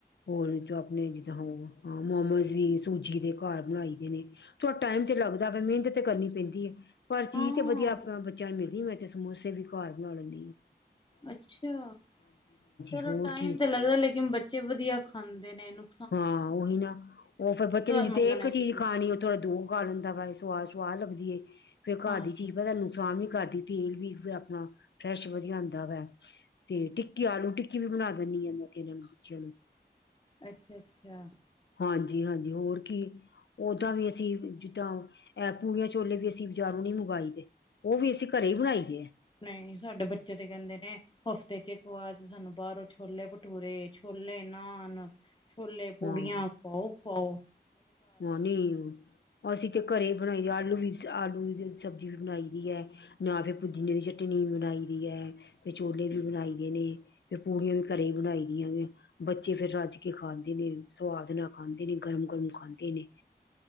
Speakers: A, on the left; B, on the left.
A: ਹੋਰ ਚੋਂ ਆਪਣੇ ਜਿੱਦਾਂ ਹਾਂ ਮੋਮੋਸ ਵੀ ਸੂਜੀ ਦੇ ਘਰ ਬਣਾਈ ਦੇ ਨੇ। ਥੋੜਾ ਟਾਈਮ ਤੇ ਲੱਗਦਾ ਵ ਮਿਹਨਤ ਤੇ ਕਰਨੀ ਪੈਂਦੀ ਏ। ਪਰ ਚੀਜ਼
B: ਹਾਂ
A: ਤੇ ਵਦੀਆ ਆਪ ਬੱਚਿਆਂ ਨੂੰ ਮਿਲਦੀ ਏ, ਮੈਂ ਤੇ ਸਮੋਸੇ ਵੀ ਘਰ ਬਣਾ ਲੈਂਣੀ ਆਂ।
B: ਅੱਛਾ! ਚਲੋ
A: ਹੋਰ
B: ਟਾਈਮ
A: ਕੀ
B: ਤਾਂ ਲੱਗਦਾ ਲੇਕਿਨ ਬੱਚੇ ਵਦੀਆ ਖਾਂਦੇ ਨੇ ਇਹਨੂੰ
A: ਹਾਂ ਉਹੀ ਨਾ ਉਹ ਫਿਰ ਬੱਚੇ ਨੂੰ ਜਿੱਥੇ
B: ਮੰਗਣਾ
A: ਇੱਕ
B: ਤੁਸੀਂ
A: ਚੀਜ਼ ਖਾਣੀ ਉਹ ਥੋੜਾ ਦੋ <unintelligible> ਦਾ ਵਾ ਸਵਾਦ -ਸਵਾਦ ਲੱਗਦੀ ਏ ਫੇਰ ਘਰ
B: ਹਾਂਜੀ
A: ਦੀ ਚੀਜ਼ ਪਤਾ ਨੂੰ ਨੁਕਸਾਨ ਨੀ ਕਰਦੀ ਤੇਲ ਵੀ ਫੇਰ ਅਪਣਾ ਫਰੈਸ਼ ਵਦੀਆ। ਦਾ ਵਾਂ ਤੇ ਟਿੱਕੀ ਆਲੂ ਟਿੱਕੀ ਵੀ ਬਣਾ ਦਿੰਨੀ ਆ ਮੈਂ ਤੇ ਇਹਨਾਂ ਨੂੰ, ਬੱਚਿਆਂ ਨੂੰ।
B: ਅੱਛਾ-ਅੱਛਾ।
A: ਹਾਂਜੀ-ਹਾਂਜੀ ਹੋਰ ਕੀ ਓਦਾਂ ਵੀ ਅਸੀਂ ਜਿੱਦਾਂ ਪੂੜੀਆਂ ਛੋਲੇ ਵੀ ਅਸੀਂ ਬਜ਼ਾਰੋਂ ਨਈ ਮੰਗਵਾਏ ਦੇ। ਉਹ ਵੀ ਅਸੀਂ ਘਰੇ ਈ ਬਣਾਈ ਦੇ ਐ।
B: ਨਈ ਸਾਡੇ ਬੱਚੇ ਤੇ ਕਹਿੰਦੇ ਨੇ ਹਫਤੇ ਚ ਇੱਕ ਵਾਰ ਤੇ ਸਾਨੂੰ ਬਾਹਰੋਂ ਛੋਲੇ ਭਟੂਰੇ ਛੋਲੇ ਨਾਨ ਛੋਲੇ ਪੂੜੀਆਂ
A: ਹਾਂ
B: ਖਾਓ ਖਾਓ।
A: ਹਾਂ ਨਹੀਂ ਅਸੀਂ ਤੇ ਘਰੇ ਬਣਾਈ ਏ ਆਲੂ ਵੀ ਆਲੂਦੀ ਸਬਜ਼ੀ ਵੀ ਬਣਾਈ ਦੀ ਹੈ। ਨਾ ਫੇਰ ਪੁਦੀਨੇ ਦੀ ਚਟਨੀ ਬਣਾਈ ਦੀ ਐ ਫਿਰ ਛੋਲੇ ਵੀ ਬਣਾਈ ਦੇ ਨੇ। ਤੇ ਪੂੜੀਆਂ ਵੀ ਘਰੇ ਬਣਾਈ ਦੀਆਂ ਜੇ ਬੱਚੇ ਫੇਰ ਰੱਜ ਕੇ ਖਾਂਦੇ ਨੇ, ਸੁਵਾਦ ਨਾਲ ਖਾਂਦੇ ਨੇ, ਗਰਮ-ਗਰਮ ਖਾਂਦ ਦੇਨੇ।